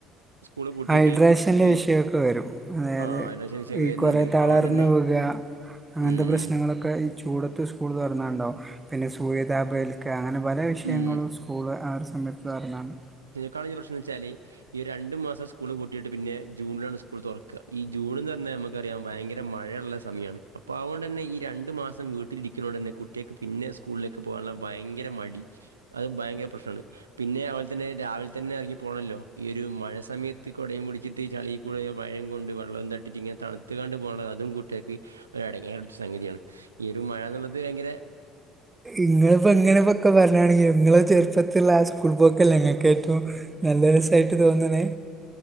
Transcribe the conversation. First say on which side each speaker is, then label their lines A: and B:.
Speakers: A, on the right; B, on the right.
A: സ്കൂള് പൂട്ടിയിട്ട്
B: ഹൈഡ്രേഷൻ്റെ
A: ഈ
B: വിഷയമൊക്കെ വരും അതെ
A: ആ
B: അതെ
A: അതിന്റെ ശനിശയൊക്കെ
B: ഈ
A: വരുന്നുണ്ട്
B: കൊറേ തളർന്ന്
A: അതുകൊണ്ട് തന്നെ
B: വിക അങ്ങനത്തെ
A: ഉം
B: പ്രശ്നങ്ങൾ ക്കെ ഈ ചൂടത്ത് സ്കൂൾ തുന്നാണ്ടാകും പിന്നെ സൂര്യതാപേൽക്ക അങ്ങനെ പല വിഷയങ്ങളും
A: ഉം
B: സ്കൂള് ആ ഒരു സമയത്ത് തുറന്നണ്ടാകും
A: കളിൽ പ്രശ്നന്ന് വെച്ചാൽ ഈ രണ്ട് മാസം സ്കൂൾ പൂട്ടിയിട്ട് പിന്നെ ജൂണിലാണ് സ്കൂൾ തൊറക്കാ ഈ ജൂൺന്ന് പറഞ്ഞാൽ നമുക്കറിയാം ഭയങ്കര മഴ ഇള്ള സമയമാണ് അപ്പൊ അതോണ്ടെന്നെ ഈ രണ്ടു മാസം വീട്ടിലിരിക്ക നോട് തന്ന കുട്ട്യാക്ക് പിന്നെ സ്കൂളിലേക്ക് പോകാനുള്ള ഭയങ്കര മടി അത് ഭയങ്കര പ്രശ്നമാണ് പിന്നെ അതുപോലെ തന്നെ രാവിലെ തന്നെ ഇറങ്ങി പോകണല്ലോ ഈ ഒരു മഴ സമയത്ത് കുടയും പിടിച്ചിട്ട് ചളി കൂടെ മഴയും കൊണ്ട് വെള്ളം തട്ടിട്ട് ഇങ്ങനെ തണുത്തു കൊണ്ട് പോണത് അതും കുട്ടിൾക്ക് ഒരു എടങ്ങേറ് പിടിച്ച സംഗതിയാണ്. ഈ ഒരു മഴ എന്നുള്ളത് ഭയങ്കര
B: ഇങ്ങളിപ്പോ ഇങ്ങനെ ഒക്കെ പറഞ്ഞാണെങ്കിലും ഇങ്ങളെ ചെറുപ്പത്തില്ള്ള ആ സ്കൂൾ പോക്കല്ല ഇങ്ങൾക്ക് ഏറ്റവും നല്ല രസായിട്ട് തോന്ന്ണ്